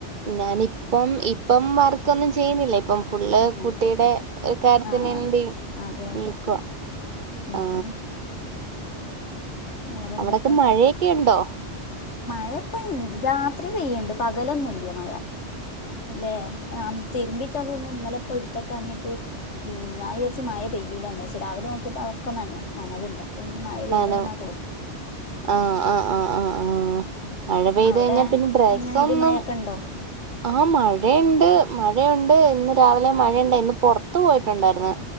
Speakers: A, on the right (about 50°); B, on the left (about 75°).
A: ഞാനിപ്പം ഇപ്പം വർക്കൊന്നും ചെയ്യുന്നില്ല, ഇപ്പം ഫുള്ള്
B: ഉം
A: കുട്ടിയുടെ ഒരു കാര്യത്തിന്
B: ആഹ്
A: വേണ്ടി
B: അതെ അതെ
A: നിൽക്കവാ,
B: ഉം
A: ആ
B: വേറെന്തൊക്കെയാ
A: അവിടൊക്കെ മഴെക്കെ ഉണ്ടോ?
B: <unintelligible> രാത്രി പെയ്യണ്ട്, പകലൊന്നുല്ല. <unintelligible> മഴ അല്ലെ ആ തിരുമ്പിട്ടതൊന്നും ഇന്നലെ അപ്പൊ എടുത്തൊക്കാഞ്ഞിട്ട് ഞാവിജാരിച്ച് മഴ പെയ്യൂലാന്ന്, പക്ഷേ രാവിലെ നോക്കിയപ്പോ അതൊക്കെ നനഞ്ഞു നനവ്ണ്ട്. പ്പം മഴ പെയ്തിന്
A: നനവ്
B: ന
A: ആ ആ ആഹ് ആ ആഹ് മഴ പെയ്ത്
B: അവിടെ
A: കഴിഞ്ഞാൽ പിന്നെ ഡ്രസ്സൊന്നു
B: എങ്ങനെ ഇടി മഴൊക്കെ ഉണ്ടോ
A: ആഹ് മഴയെണ്ട് മഴയുണ്ട് ഇന്ന് രാവിലെ മഴയുണ്ട് ഇന്ന് പൊറത്തു പോയിട്ടുണ്ടായിരുന്ന്.